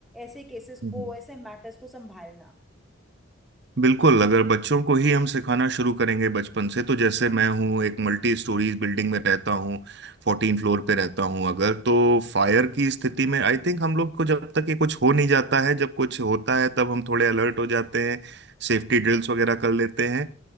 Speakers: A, in the centre; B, on the right (about 55°).
A: ऐसे केसेस
B: हम्म
A: को ऐसे मैटर्स को संभालना
B: बिल्कुल अगर बच्चों को ही हम सिखाना शुरू करेंगे बचपन से तो जैसे मैं हूँ एक मल्टी स्टोरीज बिल्डिंग में रहता हूँ फोर्टीन फ्लोर पे रहता हूँ अगर तो फायर की स्थिति में आई थिंक हम लोग को जब तक ये कुछ हो नहीं जाता है जब कुछ होता है तब हम थोड़े अलर्ट हो जाते हैं सेफ्टी ड्रिल्स वगैरह कर लेते हैं